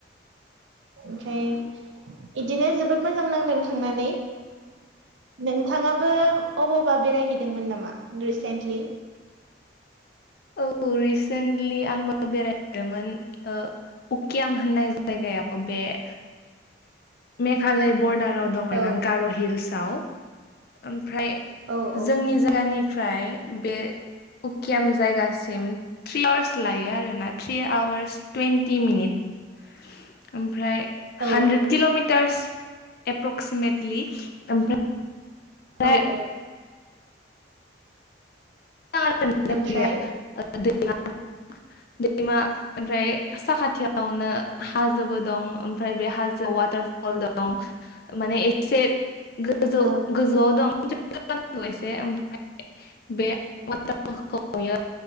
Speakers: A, on the right; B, on the left.
A: ओमफ्राय बइदिनो जोबोद मोजां नांदों थांनानै नोंथाङाबो अबावबा बेरायहैदोंमोन नामा रिसेन्टलि
B: औ रिसेन्टलि आंबो बेरायहदोंमोन ओ उकियाम होननाय जायगायाव बे ए मेघालय बरडाराव दं आरोना
A: औ
B: गार' हिल्सआव ओमफ्राय
A: औ औ
B: जोंनि जायगानि फ्राय बे उकियाम जायगासि म थ्रि आवारस लायो आरोना थ्रि आवार्स टुन्टि मिनिट ओमफ्राय
A: औ
B: हानड्रेद किल'मिटार्स एप्रक्सिमेटलि ओमफा फाय
A: औ औ
B: जायगाया
A: ओमफ्राय
B: <unintelligible> दैमा ओमफ्राय साखाथियावनो हाजोबो दं ओमफ्राय बे हाजोआव वाटार हल दं माने एसे गोजौ
A: औ
B: गोजौआव दं <unintelligible> नांगौ एसे ओमफ्राय बे वाटारफोरखौ नुयो